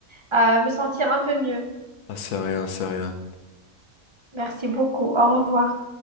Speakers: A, on the right (about 25°); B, on the left (about 85°).
A: à me sentir un peu mieux.
B: Ah, c'est rien, c'est rien.
A: Merci beaucoup. Au revoir.